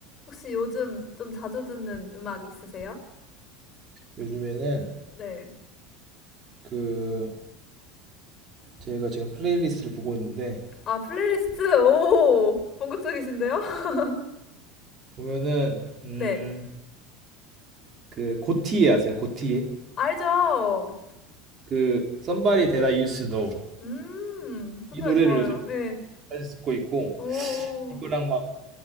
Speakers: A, on the left (about 30°); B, on the right (about 35°).
A: 혹시 요즘 좀 자주 듣는 음악 있으세요?
B: 요즘에는
A: 네.
B: 그 제가 지금 플레이리스트를 보고 있는데
A: 아, 플레이리스트? 오, 본격적이신데요? <laughs>
B: 보면은 음
A: 네,
B: 그 고티에 아세요? 고티에
A: 알죠?
B: 그 Somebody That I Used to Know
A: 음, 그
B: 이
A: 노래
B: 노래를
A: 좋아요.
B: 요즘
A: 예.
B: 자주 듣고 있고
A: 오, 오,
B: 이거랑 막